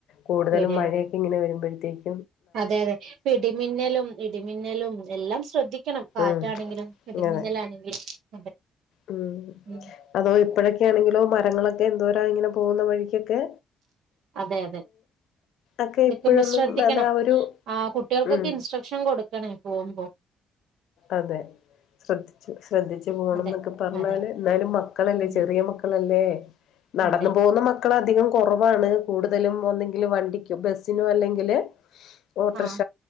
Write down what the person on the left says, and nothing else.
കൂടുതലും
മഴയൊക്കെങ്ങനെ വര് <unintelligible>
ഉം
അതെ
ഉം
അതോ ഇപ്പഴൊക്കെയാണെങ്കിലോ മരങ്ങളൊക്കെ എന്തോര ഇങ്ങനെ പോകുന്ന വഴിക്ക്ക്കൊക്കെ
ഒക്കെ
ഇപ്പോഴൊന്നും
അത് ആ ഒരു
ഉം
അതെ ശ്രദ്ധിച്ചു ശ്രദ്ധിച്ചു പോണം
എന്നൊക്കെ പറഞ്ഞാല്
എന്നാലും മക്കളല്ലേ
ചെറിയ മക്കളല്ലേ നടന്നു
പോകുന്ന മക്കള അധികം കുറവാണ് കൂടുതലും ഒന്ന <unintelligible> വണ്ടിക്ക് ബസിനോ അല്ലെങ്കില് ഓട്ടറിഷ